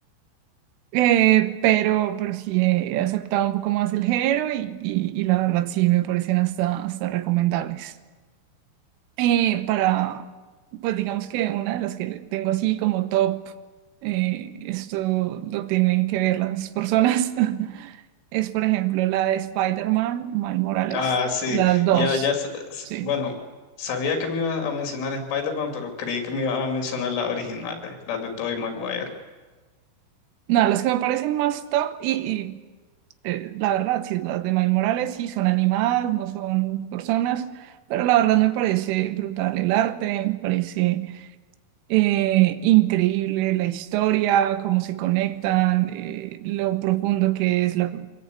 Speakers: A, on the right (about 85°); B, on the left (about 75°).
A: Eh, pero, pero sí he aceptado un poco más el género y, y, y la verdad sí me parecen hasta, hasta recomendables. Eh, para, pues digamos que una de las que tengo así como top, eh, esto lo tienen que ver las personas, <laughs> es por ejemplo la de Spider-Man, Miles Morales,
B: Ah, sí,
A: las dos,
B: ya, ya, s- s-
A: sí.
B: bueno, sabía que me ibas a mencionar Spider-Man, pero creí que me ibas a mencionar las originales, las de Tobey Maguire.
A: No, las que me parecen más top y, y, eh, la verdad, sí, las de Miles Morales sí son animadas, no son personas, pero la verdad me parece brutal el arte, me parece eh, increíble la historia, cómo se conectan, eh, lo profundo que es la,